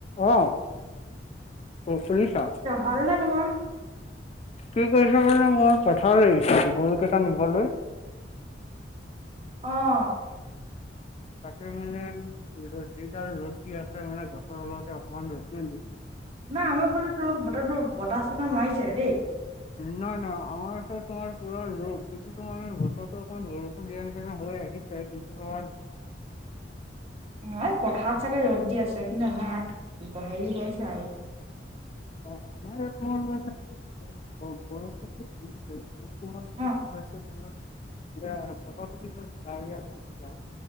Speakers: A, on the left; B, on the right.
A: অ, শুনিছা?
B: ভালনে তোমাৰ?
A: কি কৰিছে মানে মই পথাৰলে আহিছো, গৰু গেটা নিবলৈ।
B: অঁ'
A: তাকে মানে, ৰ'দ যি দাল ৰ'দ দি আছে মানে গছৰ তলতে অকমান ৰখিয়ে ললো।
B: নাই আমাৰ ফালেতো অলপ বতৰহটো বতাহ-চতাহ মাৰিছে দেই।
A: নাই, নাই, আমাৰ আকৌ তাৰ পুৰা ৰ'দ কিন্তু তোমাৰ বতৰটো অকণমান বৰষু- দিয়া নিচিনা হৈ আহিছে কিন্তু তোমাৰ
B: ন‌ই' পথাৰত চাগে ৰ'দ দি আছে কিন্তু আমাৰ ইয়াত হেৰি হৈছে আৰু।
A: অ, তোমাৰ ইয়াত মই মানে <unintelligible> অ বৰষুণো ধৰিছে
B: অ'
A: তোমালোকে <unintelligible> বতৰতো কিন্তু ডাৱৰীয়া হৈ গৈছে আৰু